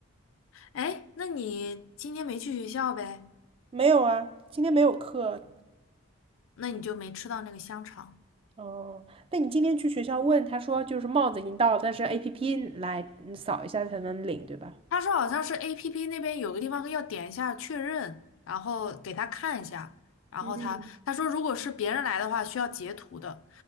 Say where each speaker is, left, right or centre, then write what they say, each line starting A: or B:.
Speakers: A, on the left; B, on the right.
A: 哎，那你今天没去学校呗？
B: 没有啊，今天没有课。
A: 那你就没吃到那个香肠。
B: 哦，那你今天去学校问，他说就是帽子已经到了，但是 APP 来嗯扫一下才能领，对吧？
A: 他说好像是 APP 那边有个地方要点一下确认，然后给他看一下，然后他他说如果是别人来的话需要截图的，
B: 嗯，